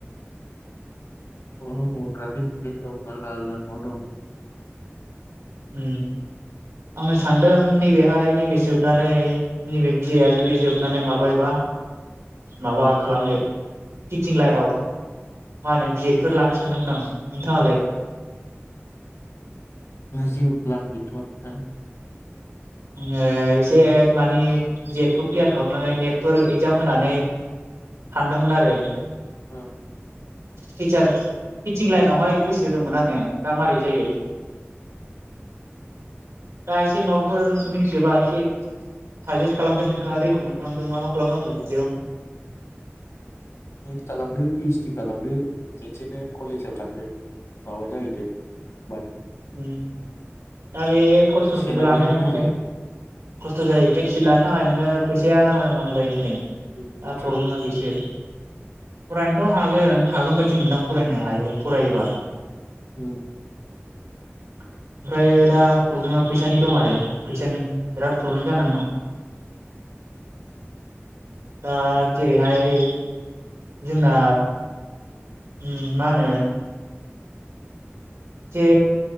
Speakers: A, on the left; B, on the right.
A: <unintelligible>
B: उम आङो सानदों नैबेहाय नैबे जोबनानै नैबे बि ए आ जुदि जोबनानै माबायोबा माबा खालामनो टिचिं लाइनाव मा होनो बि एद फोर लानो सानदोंमोन आं नोंथाङालाय
A: जेबो फ्लान गैथ' आ नोंथां
B: ओ एसे मानि जेटखौ क्लियार खालामनानै नेटफोर एगजाम होनानै सानदोंमोन आरो
A: उम
B: टिचार टिचीं लाइन आवहाय गोसो दंमोन आङो दा मारै जायो दा एसे माबा फोर मिनथियोबा एसे साजेस्ट खालामदों नोंथाङा रेकमेन्ड खालामदों मा मा खालामनांगौ बिदियाव
A: एद खालामदो पि ओइस डी खालामदो खेनसेनो कलेजाव थांदो माबा जाहैदो मा
B: उम दा बे करच फोरखौबो
A: सेलारियाबो
B: लानो
A: हाइ
B: हनै
A: जागोन
B: खस्थ' जायो पि ओइस डि लानो थाखाय नोङो फैसाया आजां गाजां नांगौ जायो हनै दा
A: बे मोनसे
B: प्रब्लेमा बेसो फरायानो थ हागोन हागोन बायदि मोनदां फरायनो हायो फरायोबा
A: उम
B: ओमफ्रायो दा प्रब्लेमा फैसानि दं आरो फैसानि बिराद प्रब्लेम जानानै दं दा जेरैहाय जोंना उम मा होनो एसे